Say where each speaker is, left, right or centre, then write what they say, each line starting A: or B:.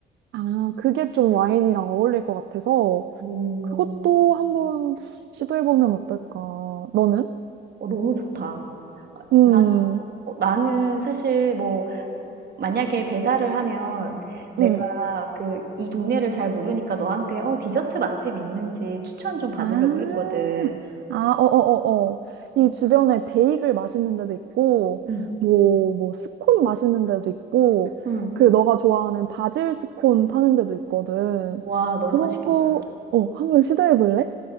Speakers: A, on the right (about 70°); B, on the right (about 55°).
A: 아, 그게 좀 와인이랑 어울릴 것 같아서
B: 오,
A: 그것도 한번 시도해보면 어떨까? 너는?
B: 어, 너무 좋다.
A: 음,
B: 난, 어, 나는 사실 뭐 만약에 배달을 하면 내가
A: 음.
B: 그 이 동네를 잘 모르니까 너한테 어 디저트 맛집 있는지 추천 좀 받으려고
A: 아,
B: 했거든.
A: 아, 어어어어. 이
B: 음.
A: 주변에 베이글 맛있는 데도 있고,
B: 응.
A: 뭐, 뭐, 스콘 맛있는 데도 있고,
B: 응.
A: 그 너가 좋아하는 바질 스콘 파는 데도 있거든.
B: 와, 너무
A: 그런
B: 맛있겠다.
A: 거, 어, 한번 시도해볼래?